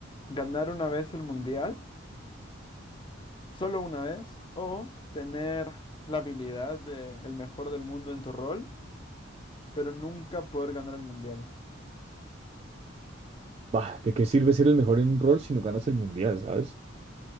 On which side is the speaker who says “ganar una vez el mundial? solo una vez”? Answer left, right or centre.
Left